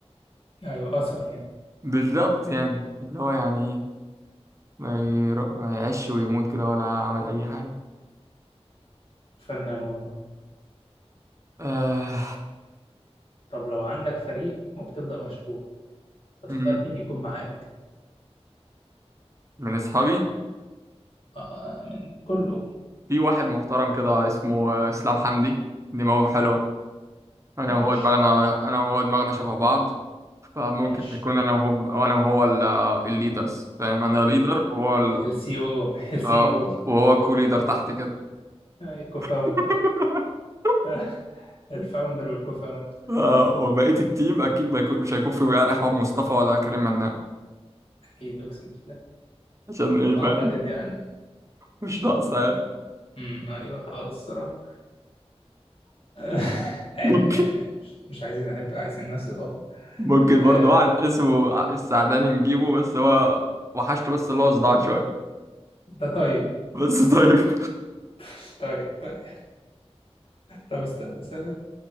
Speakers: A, on the left (about 55°); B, on the right (about 25°).
A: ايوه اثر يعني
B: بالظبط يعني اللي هو يعني إيه، ما, ير... ما يعيش ويموت كده ولا عمل اي حاجة
A: فنان والله
B: آه...
A: طب لو عندك فريق وبتبدأ مشروع هتختار
B: أمم،
A: مين يكون معاك
B: من اصحابي
A: آه من كله
B: في واحد محترم كده اسمه آه، اسلام حمدي دماغه حلوة انا
A: ماشي
B: وهو دماغنا انا وهو دماغنا شبه بعض فممكن
A: ماشي
B: نكون انا وهو انا وهو ال- الليدرز فاهم انا ليدر وهو ال...
A: السي او السي
B: آه،
A: او
B: وهو كو ليدر تحت كده
A: الكوفاوندر
B: <laughs>
A: <laughs> الفاوندر والكوفاوندر
B: آه، وبقية التيم اكيد ما يكون مش هيكون في وعاء احمد مصطفى ولا كريم مناع
A: اكيد اقسم بالله
B: عشان ايه
A: واعتقد
B: فاهم
A: يعني
B: مش ناقصه يعني
A: امم <laughs> ايوه خالص الصراحه <laughs> عبء
B: ممكن
A: يعني مش مش عايزين عبء عايزين ناس اضافه
B: ممكن
A: آه،
B: برضه واحد اسمه السعداني نجيبه بس هو وحشته بس اللي هو صداع شويه
A: ده طيب
B: بس طيب <laughs>
A: <laughs> طيب طيب طب استنى اسالك